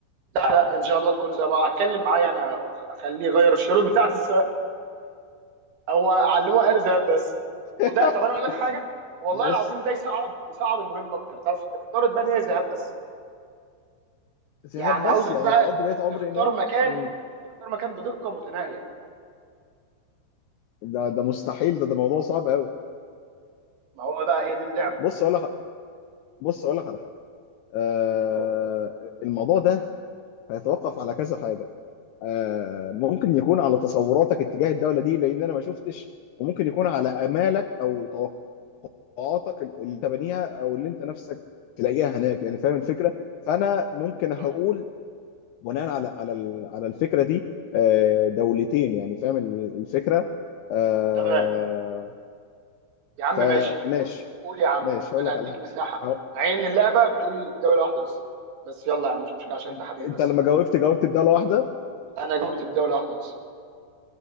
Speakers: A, on the right; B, on the left.
A: لا لا ان شاء الله تكون زي بقى اتكلم معاه يعني اخليه يغير الشروط <laughs> بتاعت السؤال هو علمه قال ذهب بس
B: <laughs>
A: وده طب انا اقول لك حاجه والله
B: بص
A: العظيم ده يصعب يصعب المهم اكتر طب افترض بقى ان هي ذهاب بس
B: ذهاب
A: يعني
B: بس
A: عاوزك
B: يعني
A: بقى
B: هقضي بقية عمري
A: تختار
B: هناك
A: مكان
B: مم.
A: تختار مكان بدقه متناهيه
B: ده ده مستحيل ده ده موضوع صعب قوي
A: ما هو بقى هي دي اللعبه
B: بص اقول لك بص اقول لك على حاجه آه
A: اه
B: الموضوع ده هيتوقف على كذا حاجه آه ممكن يكون على تصوراتك اتجاه الدوله دي لان انا ما شفتش وممكن يكون على امالك او توقعاتك اللي تبنيها او اللي انت نفسك تلاقيها هناك يعني فاهم الفكره فانا ممكن هقول
A: مم.
B: بناء على على ال- على الفكره دي آه، دولتين يعني فاهم ال- الفكره آه،
A: تمام يا عم
B: فماشي
A: ماشي قول يا عم
B: ماشي هقول
A: انا
B: لك
A: هديك
B: على حاجه
A: مساحه
B: هقول-
A: مع ان اللعبه بتقول دوله واحده بس بس يلا يا عم مش مشكله عشان
B: انت
A: انت حبيبي
B: أنت
A: بس
B: لما جاوبت جاوبت بدالة واحده
A: انا جاوبت بدوله واحده بس